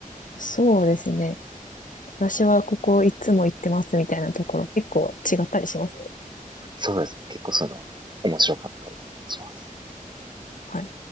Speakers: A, on the left; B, on the right.
A: そうですね。私はここいつも行ってますみたいなところ結構違ったりします。
B: そうですね。結構そういうのは面白かったりします。
A: はい。